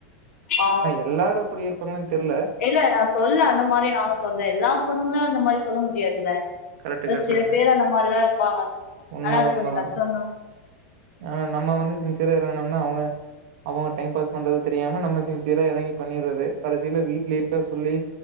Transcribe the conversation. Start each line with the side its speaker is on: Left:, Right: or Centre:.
Left: ஆ
Right: எல்லாரும் அப்படி இருப்பாங்களான்னு தெரியல
Left: இல்ல நான் சொல்லுல அந்த மாதிரி நானும் சொல்லுல எல்லா பொண்ணுங்களயும் அந்த மாதிரி சொல்ல முடியாதுல்ல
Right: கரெக்ட் கரெக்ட்
Left: சில
Right: தாங்க
Left: பேர் அந்த மாதிரிதான் இருப்பாங்க
Right: உண்மதா
Left: ஆனா அது
Right: உண்மதா
Left: கொஞ்சம் கஷ்டம் தான்
Right: ஆனா நம்ம வந்து சின்சியரா இருங்கனோம்னா அவங்க அவங்க டைம் பாஸ் பண்றத தெரியாம நம்ம சின்சியரா இறங்கி பண்ணிறது கடைசியில வீட்ல கீட்ல சொல்லி